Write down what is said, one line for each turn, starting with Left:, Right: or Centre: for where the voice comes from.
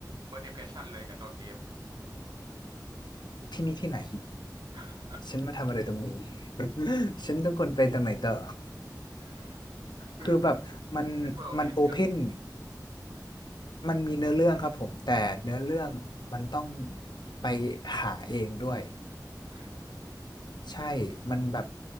Right: first impression เลยกับตัวเกม
Left: ที่นี่ที่ไหน
Right: <laughs>
Left: ฉันมาทำอะไรตรงนี้ <laughs> ฉันต้องควรไปตรงไหนต่อ
Right: อืมคือคือมัน
Left: คือแบบมัน
Right: open world
Left: มันโอเพน
Right: มีในเรื่อง
Left: มันมีเนื้อเรื่องครับผมแต่เนื้อเรื่องมันต้องไปหาเองด้วย
Right: อืม
Left: ใช่มันแบบ